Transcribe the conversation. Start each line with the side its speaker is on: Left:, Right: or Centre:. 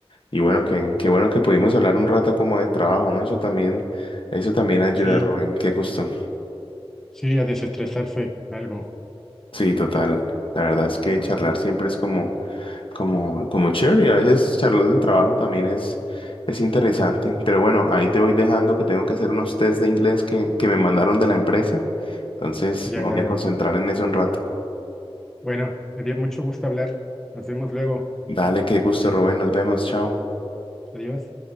Left: y bueno, que, qué bueno que pudimos hablar un rato como del trabajo, ¿no? Eso también, eso también ayuda,
Centre: sí,
Left: Rubén. Qué gusto.
Centre: sí, a desestresarse, algo.
Left: Sí, total. La verdad es que charlar siempre es como, como, como chévere y a veces charlar del trabajo también es, es interesante. Pero bueno, ahí te voy dejando que tengo que hacer unos test de inglés que, que me mandaron de la empresa. Entonces
Centre: Ya,
Left: me voy
Centre: ya
Left: a
Centre: veo.
Left: concentrar en eso un rato.
Centre: Bueno, me dio mucho gusto hablar. Nos vemos luego.
Left: Dale, qué gusto, Rubén. Nos vemos. Chao.
Centre: Adiós.